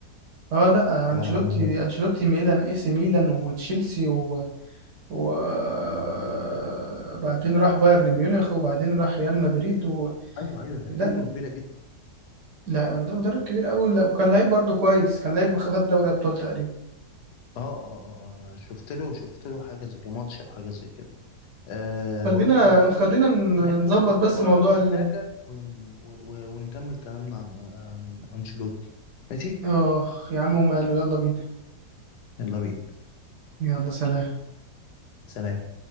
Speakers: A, on the right; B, on the left.
A: اه لا انشيلوتي
B: ف-
A: انشيلوتي ميلان اي سي ميلان وتشيلسي وبعدين راح بايرن ميونخ وبعدين راح ريال مدريد و...
B: ايوه ايوه رحلته
A: لا
B: كبيرة جدا
A: لا لا مدرب كبير قوي لا وكان لعيب برضه كويس كان لعيب خد دوري ابطال تقريبا
B: اه اه اه آه، انا شفت له شفت له حاجة زي كده ماتش او حاجة زي كده أه
A: خلينا
B: بقول لك لما تيجي
A: خلينا
B: ننزل
A: ن-
B: ناكل
A: نظبط بس
B: اه
A: موضوع
B: ناكل
A: ال...
B: حاجة ون... و... و- ونكمل كلامنا عن عن أنشيلوتي ماشي
A: اه يا عم وماله يلا بينا
B: يلا بينا
A: يلا سلام
B: سلام